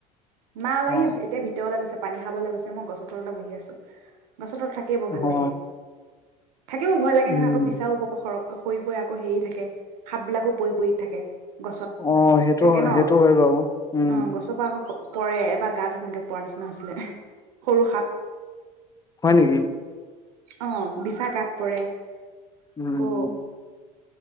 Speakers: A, on the right; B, on the left.
A: মা অলপ
B: অ
A: এতিয়া ভিতৰলৈ গৈছে পানী খাব। খাবলৈ গৈছে মই গছৰ তলতে বহি আছোঁ। গছৰ তলত থাকিয়েই বোৰ ভাল
B: অ
A: লাগে। থাকিব ভয় লাগে
B: উম
A: নহয় আকৌ বিছা উপপখৰত। সৰি পৰে আকৌ হেৰি থাকে সাপবিলাকো। পৰি পৰি থাকে গছত
B: অ সেইটো
A: থাকে নহ
B: সেইটো হয় বাৰু উম
A: অ গছৰ পৰা আকৌ সৰি। পৰে এবাৰ গাতে তেনেকে পৰাৰ নিচিনা হৈছিলে, সৰু সাপ।
B: হয় নেকি?
A: অঁ বিছা গাত পৰে।
B: উমম।
A: আকৌ